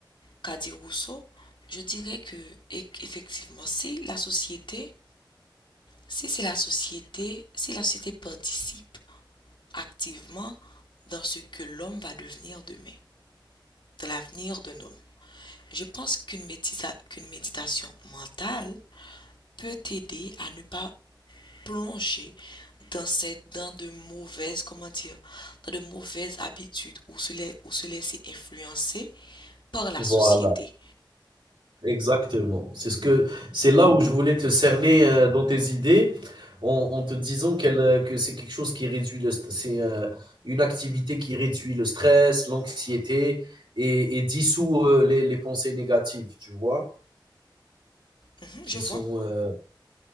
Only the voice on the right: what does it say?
voilà.
Exactement. C'est ce que c'est là où je voulais te cerner euh, dans tes idées en, en te disant qu'elle, euh, que c'est quelque chose qui réduit le st- c'est euh, une activité qui réduit le stress, l'anxiété et, et dissout euh, les, les pensées négatives, tu vois,
qui
sont euh,